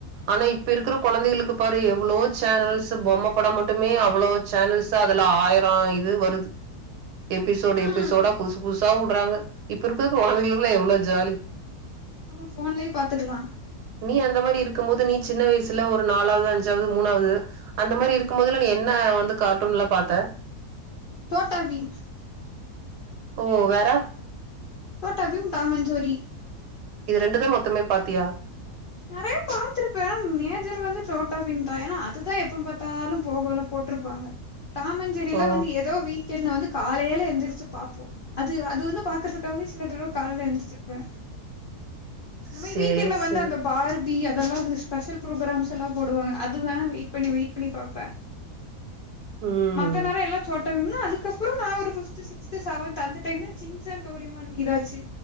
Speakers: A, on the right (about 80°); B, on the left (about 75°).
A: ஆனா இப்ப இருக்கிற குழந்தைகளுக்கு பாரு எவ்ளோ சேனல்ஸ் பொம்ம படம் மட்டுமே அவ்ளோ சேனல்ஸ் அதுல ஆயிர இது வருது எபிசோட்
B: ம்
A: எபிசோடா புதுசு புதுசா வுட்றாங்க இப்ப இருக்கிற குழந்தைகளுக்கெலாம் எவ்ளோ ஜாலி
B: ஆமா ஃபோன்லயும் பாத்துக்கலா
A: நீ அந்த மாறி இருக்கும் போது நீ சின்ன வயசுல ஒரு நாலாவது அஞ்சாவது மூணாவது அந்த மாறி இருக்கும் போதுல நீ என்ன வந்து கார்ட்டூன் லா பாத்த
B: சோட்டா பீம்
A: ஓ வேற
B: சோட்டாபீம் டாமன் சோரி
A: இது ரெண்டுதா மொத்தமே பாத்தியா
B: நெறைய பாத்திருப்பே மேஜர் வந்து சோட்டா பீம் தா ஏனா அதுதா எப்ப பாத்தாலும் போகோல போட்ருப்பாங்க டாமஞ்செரில
A: ஓ
B: வந்து ஏதோ வீக்கெண்ல வந்து காலையில எந்திரிச்சி பாப்போ அது அது வந்து பாக்குறதுக்காகவே சில தடவ வந்து காலைல எந்திச்சிருப்பே இந்த மாறி
A: சேர்
B: வீக்கெண்ட்ல வந்து
A: சேர்
B: அந்த பார்பி அதெல்லாம் ஸ்பெஷல் ப்ரோக்ராம்ஸ் ல போடுவாங்க அதுதா வெயிட் பண்ணி வெயிட் பண்ணி பாப்ப
A: ம்
B: மத்த நேர எல்லா சோட் அனா அதுக்கப்புறம் நான் ஒரு ஃபித்து சிக்த்து செவன்த்து அந்த டைம்ல சிஞ்சான் டோரிமான் இதாச்சு